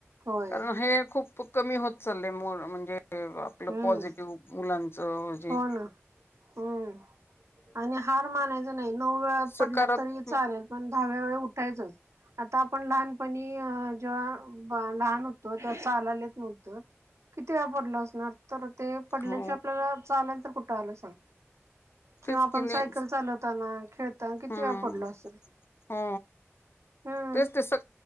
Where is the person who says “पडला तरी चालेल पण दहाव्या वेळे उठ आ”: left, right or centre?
Right